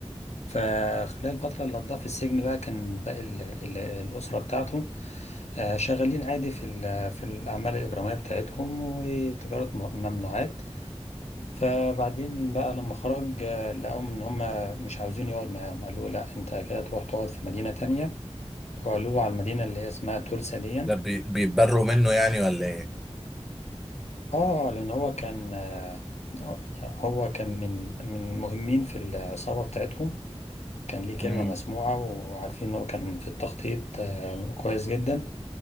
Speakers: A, on the left; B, in the centre.
A: فخلال الفترة اللي قضاها في السجن بقى كان باقي ال- ال- الأسرة بتاعته آه، شغالين عادي في ال- في الأعمال الإجرامية بتاعتهم وتجارة م- ممنوعات فبعدين بقى لما خرج آه، لقاهم إن هما مش عاوزين يقعد معاهم قالوا له لا أنت كده تروح تقعد في مدينة تانية وقالوا له على المدينة اللي هي اسمها تولسا دي
B: ده بي- بيتبروا منه يعني ولا
A: اه لأن هو كان آه، آه، يعني هو كان من من مهمين في العصابة بتاعتهم كان ليه كلمة
B: ايه
A: مسموعة وعارفين إن هو كان في التخطيط آه، كويس جدا